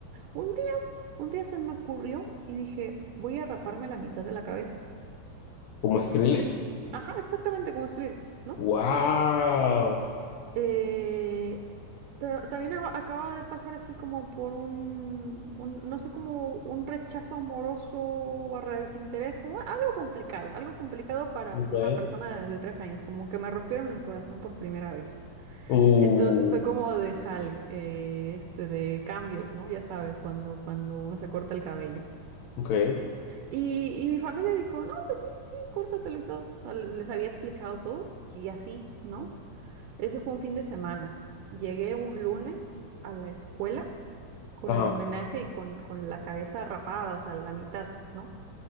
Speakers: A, on the right (about 75°); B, on the left (about 80°).
A: un día, un día se me ocurrió y dije, voy a raparme la mitad de la cabeza.
B: Como Skrillex.
A: Ajá, exactamente como Skrillex, no
B: Wow.
A: Eh, ta- también aba- acaba de pasar así como por un, un, no sé, como un rechazo amoroso barra desinterés, como algo complicado, algo complicado para,
B: Okay.
A: para una persona de, de tres años, como que me rompieron el corazón por primera vez.
B: Uh,
A: Entonces fue como de sale, eh, este, de cambios, ¿no? Ya sabes, cuando, cuando uno se corta el cabello.
B: ok.
A: Y, y mi familia dijo, no, pues sí, sí, córtatelo y todo. O sea, Les había explicado todo y así, ¿no? Eso fue un fin de semana. Llegué un lunes a la escuela con
B: Ajá.
A: el homenaje y con, con la cabeza rapada, o sea, la mitad, ¿no?